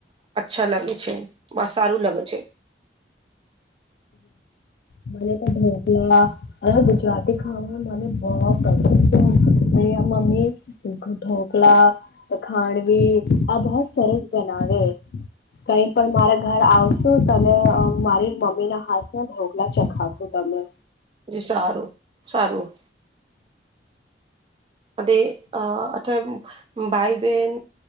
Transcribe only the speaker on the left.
મને તો ઢોકળ હવે ગુજરાતી ખાવા મને બો પસંદ છે. મમ્મી ઢોકળા, ખાંડવી આ બો સરસ બનાવે કઈ પણ મારા ઘર આવશો તમે અ મારી મમ્મી ના હાથના ઢોકલા ચખાવસુ તમને.